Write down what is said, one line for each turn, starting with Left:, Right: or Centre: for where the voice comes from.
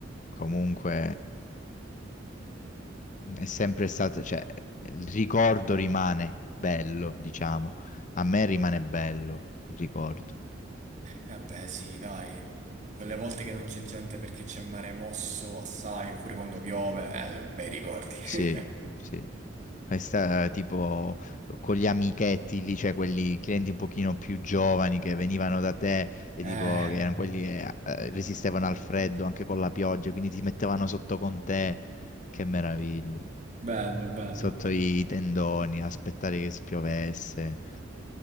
Left: comunque... È sempre stato, cioè, il ricordo rimane bello, diciamo. A me rimane bello il ricordo.
Right: Eh beh, sì, dai. Quelle volte che non c'è gente perché c'è mare mosso assai, oppure quando piove, eh, bei ricordi.
Left: Sì,
Right: <laughs>
Left: sì. Questa, tipo, con gli amichetti lì, cioè quelli clienti un pochino più giovani che venivano da te e
Right: Eh,
Left: tipo, che erano quelli che eh, resistevano al freddo anche con la pioggia, quindi ti mettevano sotto con te. Che meraviglia.
Right: bello, bello.
Left: Sotto i tendoni, aspettare che spiovesse.